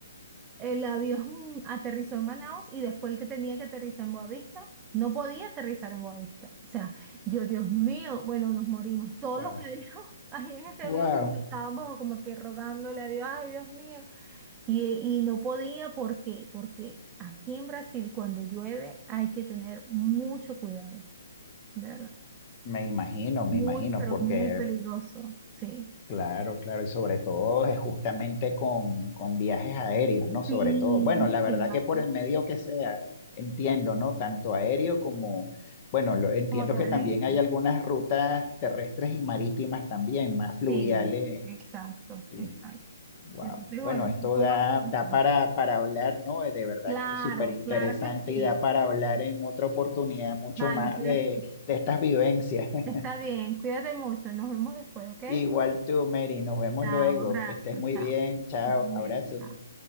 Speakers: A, on the right; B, on the left.
A: el avión <laughs> aterrizó en Manaus y después el que tenía que aterrizar en Boavista, no podía aterrizar en Boavista. O sea, yo, Dios mío, bueno, nos morimos. Todos
B: Wow.
A: los que veníamos <laughs> ahí en ese
B: Wow.
A: avión estábamos como que rogándole a Dios, ay, Dios mío. Y, y no podía, ¿por qué? Porque aquí en Brasil, cuando llueve, hay que tener mucho cuidado, de verdad.
B: me imagino, me
A: Muy,
B: imagino,
A: pero
B: porque
A: muy peligroso, sí.
B: claro, claro, y sobre todo es justamente con, con viajes aéreos, ¿no? Sobre
A: Sí,
B: todo. Bueno, la verdad
A: claro,
B: que por el medio que sea, entiendo, ¿no? Tanto aéreo como, bueno, lo, entiendo
A: como terrestre.
B: que también hay algunas rutas terrestres y marítimas también, más fluviales
A: Sí, exacto,
B: Sí,
A: exacto.
B: wow.
A: Entonces, bueno,
B: Bueno, esto
A: eso fue
B: da,
A: una pregunta.
B: da para, para hablar, ¿no? Eh, De verdad
A: Claro,
B: que es súper interesante
A: claro que sí.
B: y da para hablar en otra oportunidad mucho
A: Vale,
B: más
A: pues
B: de, de estas vivencias.
A: está
B: <laughs>
A: bien. Cuídate mucho nos vemos después, ¿ok?
B: Igual tú, Mary, nos vemos
A: Chao,
B: luego.
A: un abrazo,
B: Que estés muy
A: chao.
B: bien. Chao,
A: Bien,
B: abrazo.
A: chao.